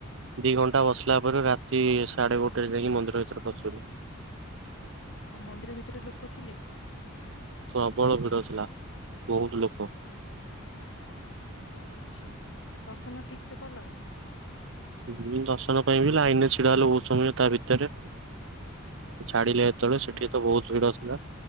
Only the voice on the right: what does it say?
ଦିଘଣ୍ଟା ବସିଲା ପରେ ରାତି ସାଢ଼େ ଗୋଟାଏରେ ଯାଇକି ମନ୍ଦିର ଭିତରେ ପସିଲୁ।
ପ୍ରବଳ ଭିଡ ଥିଲା, ବହୁତ ଲୋକ।
ହୁଁ ଦର୍ଶନ ପାଇଁ ବି ଲାଇନ୍ ରେ ଛିଡା ହେଲୁ ବହୁତ ସମୟ ତା ଭିତରେ। ଛାଡିଲେ ଯେତେବେଳେ ସେଠିତ ବହୁତ ଭିଡ ଥିଲା,